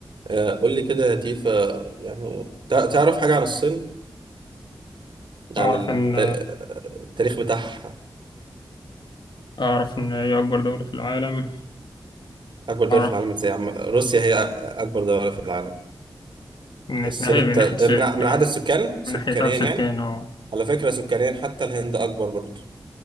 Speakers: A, on the right; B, on the left.
A: آه، قول لي كده يا تيفا يعني تع- تعرف حاجة عن الصين عن
B: أعرف
A: الت-
B: إن
A: التاريخ بتاعها
B: أعرف إن هي أكبر دولة في العالم
A: أكبر دولة
B: أعرف
A: في العالم إزاي عم- روسيا هي أ- أكبر دولة في العالم
B: إن
A: الصين
B: كان هي
A: الت...
B: من ناحية سكان
A: من ع- من عدد السكان سكانيا
B: من ناحية عدد سكان
A: يعني
B: أه
A: على فكرة سكانيا حتى الهند أكبر برضه